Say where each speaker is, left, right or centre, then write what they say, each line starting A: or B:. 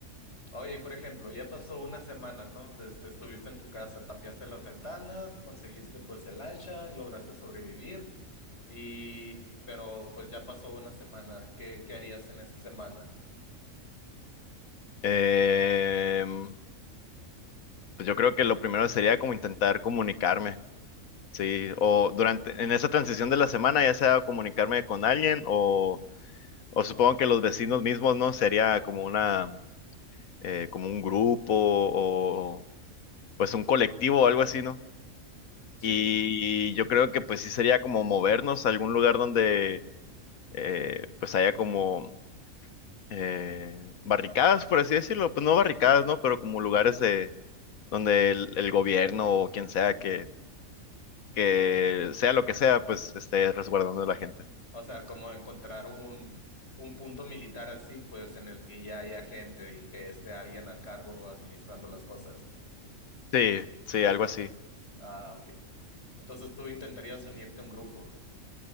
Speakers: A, on the left; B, on the left.
A: Oye, y por ejemplo, ya pasó una semana, ¿no? Desde, estuviste en tu casa, tapiaste las ventanas, conseguiste pues el hacha, lograste sobrevivir, y pero pues ya pasó una semana. ¿Qué, qué harías en esa semana?
B: Em, pues yo creo que lo primero sería como intentar comunicarme. Sí, o durante, en esa transición de la semana, ya sea comunicarme con alguien o O supongo que los vecinos mismos, ¿no? Sería como una, eh, como un grupo o pues un colectivo o algo así, ¿no?
A: Sí.
B: Y yo creo que pues sí sería como movernos a algún lugar donde eh, pues haya como eh, barricadas, por así decirlo. Pues no barricadas, ¿no? Pero como lugares de donde el, el gobierno o quien sea que, que sea lo que sea, pues esté resguardando a la gente.
A: O sea, como encontrar un, un punto militar así, pues en el que ya haya gente y que esté alguien a cargo administrando las cosas.
B: Sí, sí, algo así.
A: Ah, ok. Entonces tú intentarías unirte a un grupo.